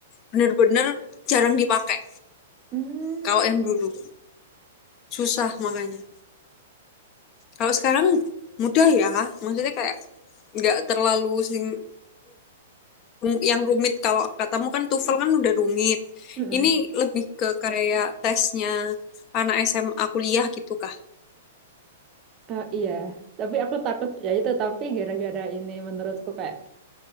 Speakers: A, on the left (about 35°); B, on the right (about 30°).
A: bener-bener jarang dipakai.
B: Hmm.
A: Kalau yang dulu susah makanya. Kalau sekarang mudah ya. Maksudnya kayak nggak terlalu sing rum- yang rumit kalau katamu kan TOEFL kan udah rumit.
B: Mm-mm.
A: Ini lebih ke kayak tesnya anak SMA kuliah gitu kah?
B: Eh, iya, tapi aku takut ya itu tapi gara-gara ini menurutku kayak